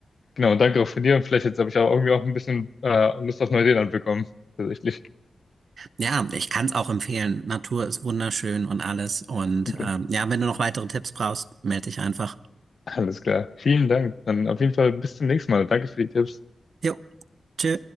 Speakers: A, on the left; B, on the right.
A: genau, danke auch von dir. Und vielleicht jetzt habe ich auch irgendwie auch ein bisschen äh, Lust auf Neuseeland bekommen. Tatsächlich.
B: Ja, ich kann es auch empfehlen. Natur ist wunderschön und alles. Und
A: Okay,
B: ähm, ja, wenn du noch weitere Tipps brauchst, melde dich einfach.
A: alles klar. Vielen Dank. Dann auf jeden Fall bis zum nächsten Mal. Danke für die Tipps.
B: Jo, tschö.